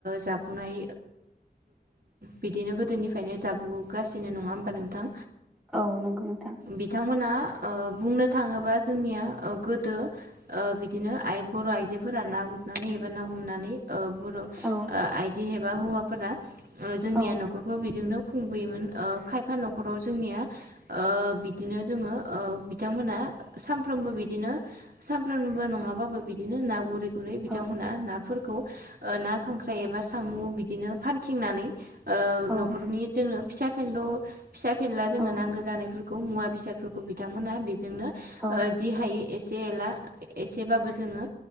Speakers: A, on the right (about 70°); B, in the centre.
A: जाबोनाय। बिदिनो गोदोनिफ्रायनो जाबोगासिनो नङा <unintelligible> नोंथां
B: औ नंगौ नोंथां
A: बिथांमोना अ बुंनो थाङोबा जोंनिया गोदो बिदिनो आइ- बर' आइजोफोरा ना गुर हनानै एबा ना हमनानै बर'
B: औ
A: आइजो एबा हौवाफोरा जोंनिया
B: औ
A: नखरखौ बिजोंनो खुंबोयोमोन। खायफा न'खराव जोंनिया ओ बिदिनो जोङो बिथांमोनहा सानफ्रामबो बिदिनो सानफ्रामबो नङाबाबो बिदिनो ना <unintelligible> गुरै बिथांमोना
B: औ
A: नाफोरखौ ना, खांख्राइ एबा साम' बिदिनो फानथिंनानै ओ
B: औ
A: न'खरनि जोंनो फिसा- फेनल' फिसा- फेनला जोङो
B: औ
A: नांगौ जानायफोरखौ मुवा -बेसादफोरखौ बिथांमोना बेजोंनो
B: औ
A: जि हायो एसे <unintelligible> एसेबाबो जोङो